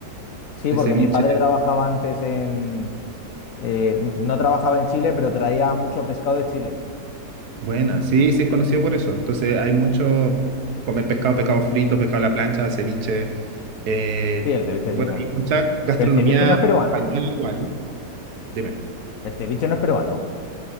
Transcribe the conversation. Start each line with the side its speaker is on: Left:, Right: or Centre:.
Left: Sí,
Right: El
Left: porque
Right: ceviche,
Left: mi padre trabajaba antes en... eh, n- no trabajaba en Chile, pero traía mucho pescado de Chile.
Right: buena, sí, sí es conocido por eso. Entonces hay mucho comer pescado, pescado frito, pescado a la plancha, ceviche. eh,
Left: Sí, el ceviche,
Right: bueno,
Left: sí.
Right: hay mucha gastronomía
Left: el ceviche no es peruano.
Right: española igual. Dime.
Left: El ceviche no es peruano.